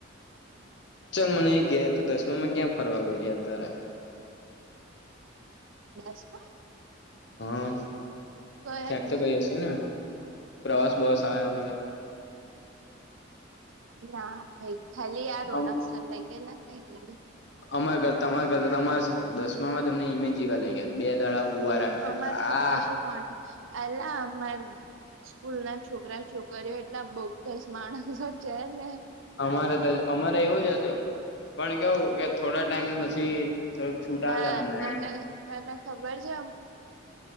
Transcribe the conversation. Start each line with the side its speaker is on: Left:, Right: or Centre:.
Left: ચાલ મને ગયા તો દસ તમે ક્યાં ફરવા ગયેલી અત્યારે.
Right: બસમાં!
Left: હા
Right: ગયો
Left: ક્યાંક
Right: જ
Left: તો
Right: નહી
Left: ગઈ હશેને? પ્રવાસ બવાસ આયો હોય.
Right: ના ભાઈ. ખાલી આ રોનક
Left: આમ
Right: સર લઈ ગેલાને તઈ ગેલી.
Left: અમારે કરતા તમારે કરતા તો અમારે સારું, દસમામાં ત અમને ઇમેજ લઈ ગયા બે દાડા. હુવા રાખ્યા
Right: અમાર
Left: હતા
Right: તો કશું કોન. એટલે અમાર સ્કૂલ ના છોકરા-છોકરીઓ એટલા બોગસ માણસો છે ને.
Left: અમારે તો. અમારે એવું જ હતું પણ કેવું કે થોડા ટાઈમ પછી, થોડક છૂટા
Right: ના
Left: હાલ દે અમને
Right: તને તને ખબર છે